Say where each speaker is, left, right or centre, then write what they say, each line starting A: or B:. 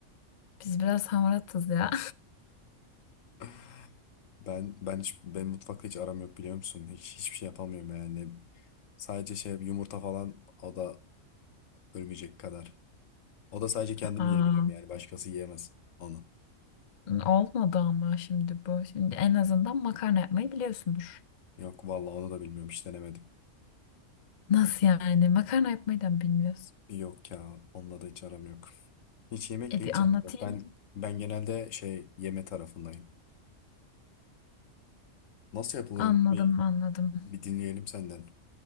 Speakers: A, on the left; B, on the left.
A: Biz biraz hamaratız ya.
B: <laughs> Ben ben hiç ben mutfakta hiç aram yok biliyor musun? Hiç hiçbir şey yapamıyorum yani. Sadece şey yumurta falan o da ölmeyecek kadar. O da sadece kendim
A: <laughs> Aa.
B: yiyebiliyorum yani başkası yiyemez onu.
A: Olmadı ama şimdi bu. Şimdi en azından makarna yapmayı biliyorsundur.
B: Yok vallahi onu da bilmiyorum hiç denemedim.
A: Nasıl yani? Makarna yapmayı da mı bilmiyorsun?
B: Yok ya onunla da hiç aram yok. Hiç yemekle
A: E bir
B: hiç
A: anlatayım.
B: aram yok. Ben ben genelde şey yeme tarafındayım. Nasıl yapılıyor
A: Anladım,
B: bir,
A: anladım.
B: bir dinleyelim senden.